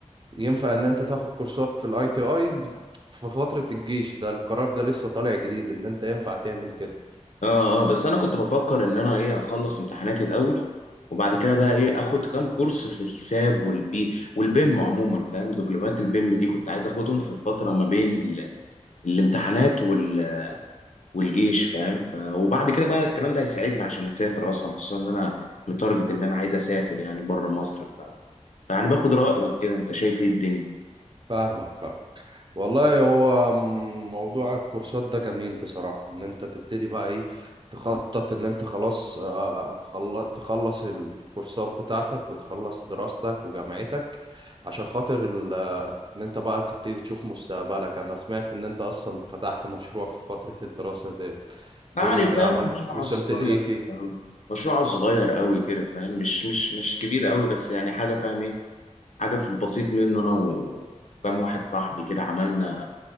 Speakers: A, on the right; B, on the left.
A: ينفع ان انت تاخد كورسات في الاي تي اي في فترة الجيش ده القرار ده لسه طالع جديد ان انت ينفع تعمل كده
B: اه اه بس انا كنت بفكر ان انا ايه اخلص امتحاناتي الاول وبعد كده بقى ايه اخد كام كورس في الساب والبي والبيم عموما فاهم دبلومات البيم دي كنت عايز اخدهم في الفترة ما بين ال الامتحانات وال... والجيش فاهم ف... وبعد كده بقى الكلام ده هيساعدني عشان اسافر اصلا خصوصا ان انا متارجت ان انا عايز اسافر يعني بره مصر ف... يعني باخد رايك كده انت شايف ايه الدنيا
A: فاهمك فاهم والله هو م- موضوع الكورسات ده جميل بصراحة ان انت تبتدي بقى ايه تخطط ان انت خلاص آه، خل- تخلص الكورسات بتاعتك وتخلص دراستك وجامعتك عشان خاطر ال- آه، ان انت بقى تبتدي تشوف مستقبلك انا سمعت ان انت اصلا فتحت مشروع في فترة الدراسة دي
B: يعني
A: تقول لي كده
B: فاهم
A: عملت
B: المشروع
A: وصلت
B: على الصغير
A: لايه فيه
B: قوي مشروع على الصغير قوي كده فاهم مش مش مش كبير قوي بس يعني حاجه فاهم ايه حاجه في البسيط منه انا وكام واحد صاحبي كده عملنا